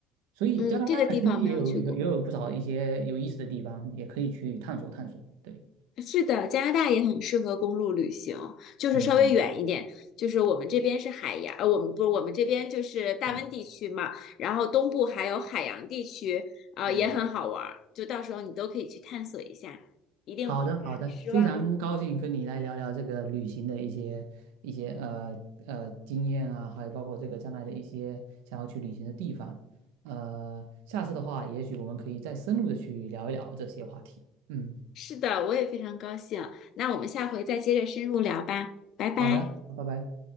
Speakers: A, on the right; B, on the left.
A: 所以加拿大其实也有也有不少一些有意思的地方，
B: 嗯，这个地方没有去过。
A: 也可以去探索探索，对，
B: 是的，加拿大也很适合公路旅行，就是稍微远一点。
A: 嗯
B: 就是我们这边是海洋，呃，我们不是我们这边就是大温地区嘛，
A: 嗯
B: 然后东部还有海洋地区，啊、
A: 嗯。
B: 也很好玩儿。就到时候你都可以去探索一下，一定不会让你失望的。
A: 好的，好的，非常高兴跟你来聊聊这个旅行的一些一些呃呃经验啊，还有包括这个将来的一些想要去旅行的地方。呃，下次的话，也许我们可以再深入的去聊一聊这些话题。嗯，
B: 是的，我也非常高兴。那我们下回再接着深入聊吧，拜拜。
A: 好的，拜拜。